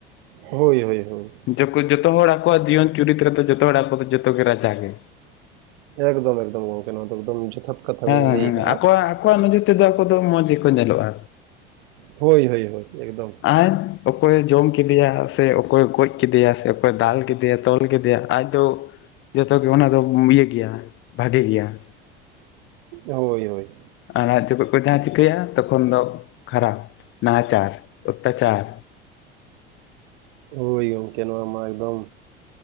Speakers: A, on the right; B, on the left.
A: ᱦᱳᱭ ᱦᱳᱭ ᱦᱳᱭ᱾
B: ᱡᱚᱠ ᱡᱚᱛᱚ ᱦᱚᱲ ᱟᱠᱚᱣᱟᱜ ᱡᱤᱭᱚᱱ ᱪᱩᱨᱤᱛ ᱨᱮᱫᱚ ᱡᱚᱛᱚ ᱦᱚᱲ ᱟᱠᱚ ᱫᱚ ᱡᱚᱛᱚ ᱜᱮ ᱨᱟᱡᱟ ᱜᱮ᱾
A: ᱮᱠᱫᱚᱢ ᱮᱠᱫᱚᱢ ᱜᱚᱝᱠᱮ ᱱᱚᱣᱟ ᱫᱚ ᱮᱫᱚᱢ ᱡᱚᱛᱷᱟᱛ ᱠᱟᱛᱷᱟ
B: ᱦᱮᱸ
A: ᱵᱤᱱ
B: ᱦᱮᱸ
A: ᱞᱟᱹᱭ
B: ᱦᱮᱸ,
A: ᱠᱟᱜᱼᱟ
B: ᱟᱠᱚᱣᱟᱜ ᱟᱠᱚᱣᱟᱜ ᱱᱚᱡᱚᱨ ᱛᱮᱫᱚ ᱟᱠᱚ ᱫᱚ ᱢᱚᱡᱽ ᱜᱮᱠᱚ ᱧᱮᱞᱚᱜᱼᱟ᱾
A: ᱦᱳᱭ ᱦᱳᱭ ᱦᱳᱭ ᱮᱠᱫᱚᱢ
B: ᱟᱡ ᱚᱠᱚᱭᱮ ᱡᱚᱢ ᱠᱮᱫᱮᱭᱟ, ᱥᱮ ᱚᱠᱚᱭ ᱜᱚᱡ ᱠᱮᱫᱮᱭᱟ, ᱥᱮ ᱚᱠᱚᱭ ᱫᱟᱞ ᱠᱮᱫᱮᱭᱟ ᱛᱚᱞ ᱠᱮᱫᱮᱭᱟ ᱟᱡ ᱟᱪᱼᱼ ᱫᱚ ᱡᱚᱛᱚ ᱜᱮᱵᱚᱱ ᱟᱫᱚᱵᱚ ᱤᱭᱟᱹ ᱜᱮᱭᱟ, ᱵᱷᱟᱜᱮ ᱜᱮᱭᱟ ᱾
A: ᱦᱳᱭ ᱦᱳᱭ᱾
B: ᱟᱨ ᱟᱡ ᱡᱚᱠᱷᱚᱡ ᱠᱚ ᱡᱟᱦᱟᱸ ᱪᱤᱠᱟᱹᱭᱟ ᱛᱚᱠᱷᱚᱱ ᱫᱚ ᱠᱷᱟᱨᱟᱯ, ᱱᱟᱦᱟᱪᱟᱨ, ᱚᱛᱛᱟᱪᱟᱨ,
A: ᱦᱳᱭ ᱜᱳᱢᱠᱮ ᱱᱚᱭᱟ ᱢᱟ, ᱮᱠᱫᱚᱢ